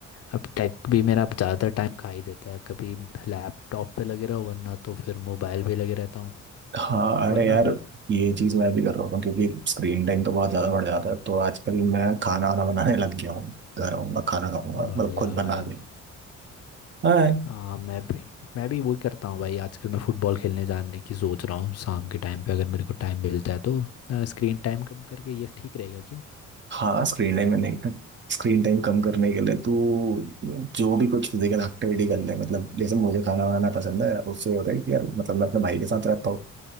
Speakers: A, on the left; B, on the right.
A: अब टेक भी मेरा ज़्यादा टाइम खा ही देता है कभी लैपटॉप पे लगे रहो वरना तो फिर मोबाइल पे लगे रहता हूँ
B: हाँ अरे
A: वरना
B: यार
A: फिर
B: ये चीज मैं भी कर रहा हूँ क्योंकि स्क्रीन टाइम तो बहुत ज्यादा बढ़ जाता है तो आजकल मैं खाना वाना बनाने लग गया हूँ घर आऊंगा खाना खाऊंगा
A: बढ़िया
B: मतलब खुद बना
A: भाई
B: ले हाँ
A: हाँ मैं भी मैं भी वही करता हूँ भाई आजकल मैं फुटबॉल खेलने जाने की सोच रहा हूँ शाम के टाइम पे अगर मेरे को टाइम मिलता है तो स्क्रीन टाइम कम करके ये ठीक रहेगा क्यों
B: हाँ स्क्रीन टाइम मैंने स्क्रीन टाइम कम करने के लिए तो जो भी कुछ फिजिकल एक्टिविटी कर ले मतलब जैसे मुझे खाना बनाना पसंद है उससे होता है कि यार मतलब मैं अपने भाई के साथ रहता हूँ